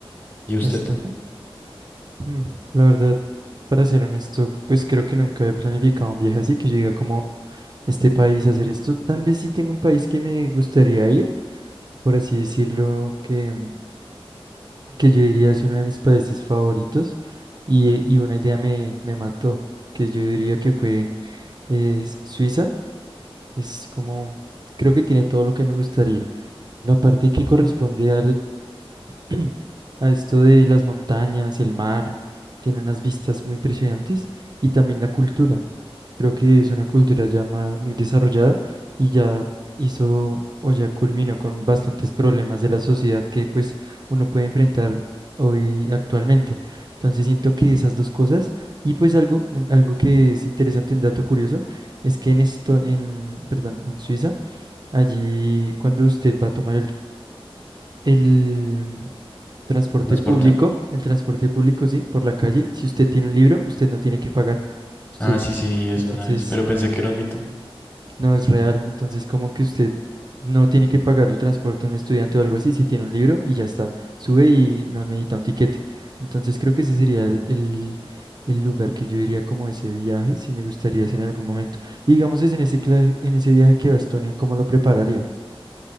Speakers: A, on the left; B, on the right.
A: ¿Y usted?
B: ¿A Estonia? Hmm, La verdad, para ser honesto, pues creo que nunca he planificado un viaje así, que yo diga como este país a hacer esto. Tal vez sí tengo un país que me gustaría ir, por así decirlo, que, que yo diría es uno de mis países favoritos. Y, y una idea me, me mató, que yo diría que fue es Suiza. Es como, creo que tiene todo lo que me gustaría. La parte que corresponde <clears throat> a esto de las montañas, el mar, tiene unas vistas muy impresionantes y también la cultura. Creo que es una cultura ya ma- muy desarrollada y ya hizo o ya culminó con bastantes problemas de la sociedad que pues uno puede enfrentar hoy actualmente. Entonces siento que esas dos cosas y pues algo, un- algo que es interesante, un dato curioso, es que en esto, en, perdón, en Suiza, allí cuando usted va a tomar el el transporte
A: ¿Transporte?
B: público, el transporte público, sí, por la calle. Si usted tiene un libro, usted no tiene que pagar. Usted,
A: Ah, sí, sí, es
B: entonces,
A: una vez, pero pensé que era un mito.
B: no es real. Entonces, como que usted no tiene que pagar el transporte de un estudiante o algo así, si tiene un libro y ya está. Sube y no necesita un tiquete. Entonces, creo que ese sería el, el, el lugar que yo diría como ese viaje, si me gustaría hacer en algún momento. Y digamos, es en ese, cla- en ese viaje que va a Estonia, ¿cómo lo prepararía?